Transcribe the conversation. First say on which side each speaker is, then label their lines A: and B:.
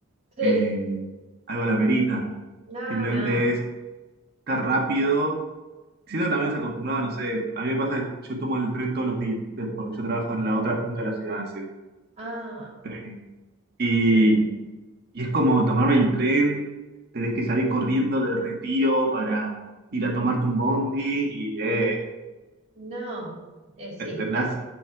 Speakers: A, on the right; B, on the right.
A: Sí,
B: eh, algo la merita,
A: nada,
B: simplemente
A: nada.
B: es estar rápido, siendo que también nos acostumbrados, no sé, a mí me pasa que yo tomo el tren todos los días, ¿viste? Porque yo trabajo en la otra punta de la ciudad, así.
A: Ah,
B: Eh, Y,
A: sí.
B: y es como tomarme el tren, tenés que salir corriendo de Retiro para ir a tomarte un bondi y eh,
A: No, eh, sí,
B: te- terminás
A: te-